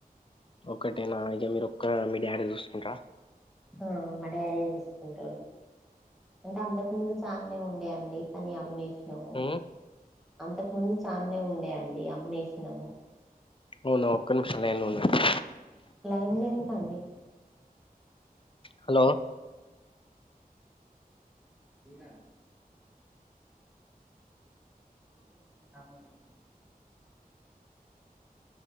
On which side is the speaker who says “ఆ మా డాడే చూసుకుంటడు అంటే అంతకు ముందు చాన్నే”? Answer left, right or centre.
Centre